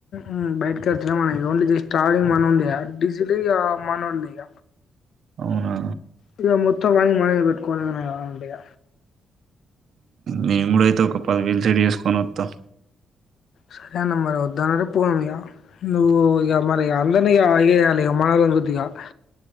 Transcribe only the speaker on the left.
ఉ బయటకి వచ్చిన మన ఓన్లీ ట్రావేలింగ్ మనోంది డీజిల్ మనోంది ఇగ
ఇగ మొత్తం వానికి మనమే పెట్టుకోవాలి వానికి ఇగ
సరే అన్న మరి వద్దాన్నే పోదాం ఇగ నువ్వు ఇగ మరి అందరిని ఏగేయ్యాలి ఇగ మన <unintelligible>